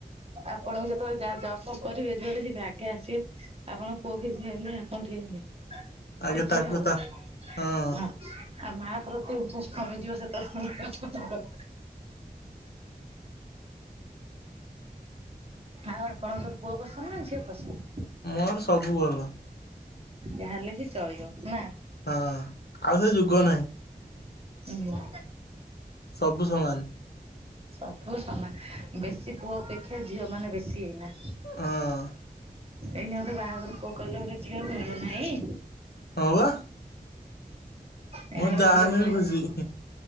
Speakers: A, on the right; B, on the left.
A: ଆପଣଙ୍କୁ ଯେତେବେଳେ ଜା ଜକ କରିବେଯୁଆଡେ ଯିବେ ଆଗେ ଅସିବେ ଆସିବେ ଆପଣ ପୁଅ କି ଝିଅ ହେଲେ ଆପଣ ଟିକେ ହେଲେ
B: ଆଗେ
A: ଖୋଜିବା
B: ତାକୁ
A: ଆଉ
B: ତା
A: ହଁ।
B: ହଁ
A: ଆଉ ମା ପ୍ରତି ଇଣ୍ଟଷ୍ଟ କମିଯିବ ସେତେବେ ଆଉ ଆପଣଙ୍କର ପୁଅ ପସନ୍ଦ ନା ଝିଅ ପସନ୍ଦ?
B: ମୋର ସବୁ ଭଲ।
A: ଯାହେଲେ ବି ଚଳିବ ନା।
B: ହଁ ଆଉ ସେ ଯୁଗ ନାହିଁ।
A: ହୁଁ
B: ସବୁ ସମାନ।
A: ସବୁ ସମାନ ବେଶୀ ପୁଅ ଅପେକ୍ଷା ଝିଅ ମାନେ ବେଶୀ ଏଇନା।
B: ହଁ।
A: ଏଇନି ଗୋଟେ ବାହାଘର ପୋଉ କହିଲ ଗୋଟେ ଝିଅ ମିଳୁନାହିଁ।
B: ହଉ ବା।
A: ଏଇନା
B: ମୋର
A: ଗୋଟେ
B: ଯାହା
A: ଝିଅ
B: ହେଲେ
A: ମିଳିବ।
B: ବି ଖୁସି।